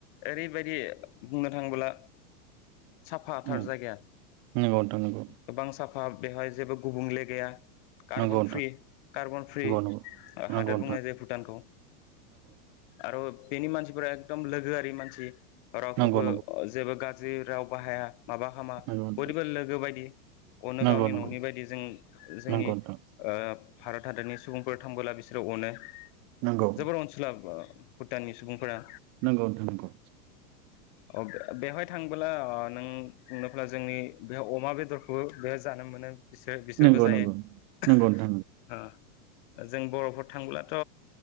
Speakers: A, on the left (about 35°); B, on the right (about 35°).
A: ओरैबायदि बुंनो थाङोब्ला साफाथार
B: उम
A: जायगाया
B: नंगौ नोंथां नंगौ
A: गोबां साफ <unintelligible> बेहाय जेबो गुबुंले गैया। कार्बन
B: नंगौ
A: फि कार्बन फ्रि
B: नोंथां नंगौ
A: हादोर
B: नंगौ
A: बुंनाय जायो भुटानखौ आर' बेनि मानसिफोरा एकदम लोगोआरि मानसि। रावखौबो
B: नंगौ नंगौ
A: जेबो जि राव बाहाया। माबा हामा
B: नोंथां
A: बयदोबो लोगो बायदि अनो
B: नंगौ
A: गावनि
B: नोंथां
A: ननि बायदि जों जोंनि
B: नंगौ नंगौ नोंथां
A: ओ भारत हादरनि सुबुंफोर थांबोला बिसोरो अनो।
B: नंगौ
A: जोबोर अनसुला <unintelligible> टाननि सुबुंफोरा
B: नोंगौ नोंथां नंगौ
A: अ बे-बेवहाय थांबो ब्ला अ नों बुंनोफ्ला जोंनि बेयाव अमा बेदरखौबो बेहाय जानो मोनो। बिसोर बिसोरबो
B: नंगौ
A: जायो
B: नोंथां
A: <unintelligible>
B: नंगौ नंगौ नोंथां नंगौ नोंथां नंगौ
A: ओ जों बर'फोर थांब्लाथ'